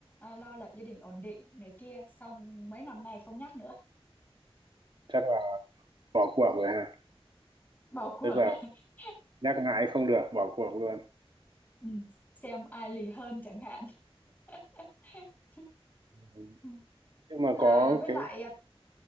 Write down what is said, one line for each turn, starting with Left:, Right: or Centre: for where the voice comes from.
Left: à, lo lập gia đình ổn định này kia, xong mấy năm nay không nhắc nữa,
Right: chắc là bỏ cuộc rồi ha.
Left: bỏ cuộc
Right: Tức là
Left: rồi. <laughs>
Right: nhắc mãi không được, bỏ cuộc luôn.
Left: ừ, xem ai lì hơn chẳng hạn <laughs>
Right: Ừ.
Left: Ừ.
Right: Nhưng mà
Left: à,
Right: có
Left: với
Right: cái
Left: lại à,